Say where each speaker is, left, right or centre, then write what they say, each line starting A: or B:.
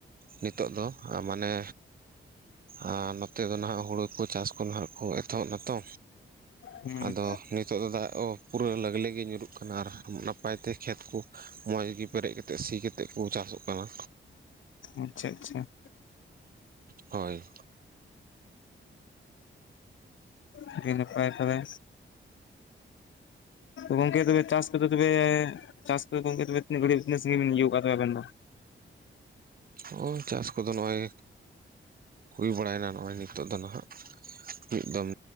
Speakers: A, on the right; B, on the left.
A: ᱱᱤᱛᱚᱜ ᱫᱚ ᱢᱟᱱᱮ ᱟᱨ ᱱᱚᱛᱮ ᱫᱚ ᱦᱟᱸᱜ ᱦᱩᱲᱩ ᱠᱚ ᱪᱟᱥ ᱠᱚ ᱠᱚ ᱮᱛᱚᱦᱚᱵ ᱱᱟᱛᱚ᱾
B: ᱦᱮᱸ
A: ᱟᱫᱚ ᱱᱤᱛᱚᱜ ᱫᱚ ᱫᱟᱜ ᱦᱚᱸ ᱯᱩᱨᱟᱹ ᱞᱟᱜᱽᱞᱮ ᱜᱮ ᱧᱩᱨᱩᱜ ᱠᱟᱱᱟ ᱟᱨ ᱱᱟᱯᱟᱭ ᱛᱮ ᱠᱷᱮᱛ ᱠᱚ ᱢᱚᱸᱡᱽ ᱜᱮ ᱯᱮᱨᱮᱡ ᱠᱟᱛᱮᱫ ᱥᱤ ᱠᱟᱛᱮᱫ ᱠᱚ ᱪᱟᱥᱚᱜ ᱠᱟᱱᱟ᱾
B: ᱟᱪᱪᱷᱟ ᱟᱪᱪᱷᱟ
A: ᱦᱳᱭ
B: ᱟᱹᱰᱤ ᱱᱟᱯᱟᱭ ᱛᱚᱵᱮ ᱜᱚᱝᱠᱮ ᱛᱚᱵᱮ ᱪᱟᱥ ᱠᱚᱫᱚ ᱛᱚᱵᱮ ᱪᱟᱥ ᱠᱚᱫᱚ ᱜᱚᱝᱠᱮ ᱛᱚᱵᱮ ᱛᱤᱱᱟᱹᱜ ᱜᱟᱲᱤ ᱛᱤᱱᱟᱹᱜ ᱥᱟᱺᱜᱤᱧ ᱵᱮᱱ ᱤᱭᱟᱹ ᱠᱟᱫ ᱛᱮ ᱟᱵᱮᱱ ᱫᱚ?
A: ᱱᱚ ᱪᱟᱥ ᱠᱚᱫᱚ ᱱᱚᱜᱼᱚᱭ ᱦᱩᱭ ᱵᱟᱲᱟᱭᱮᱱᱟ ᱱᱚᱜᱼᱚᱭ ᱱᱤᱛᱚᱜ ᱫᱚ ᱱᱟᱦᱟᱜ᱾ ᱢᱤᱫ ᱫᱚᱢ